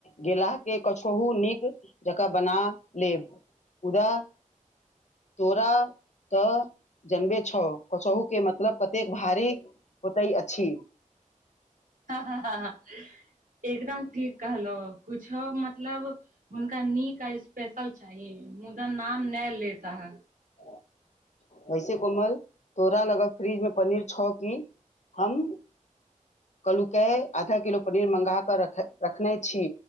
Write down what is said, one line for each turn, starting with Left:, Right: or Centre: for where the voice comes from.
Left: गेलाह कि कछहु नीक जकाँ बना लेब। मुदा तोरा तऽ जनबे छौ कोछहु के मतलब कतेक भारी होतै अछी।
Right: हाँ हाँ हाँ ह एकदम ठीक कहलो कुछो मतलब हुनका नीक आ स्पेशल चाही। मुदा नाम ने लेता हय।
Left: <unintelligible> वैसे कोमल तोरा लगहक फ्रिज मे पनीर छौ कि, हम कल्हुके आधा किलो पनीर मंगा क रख रखने छी।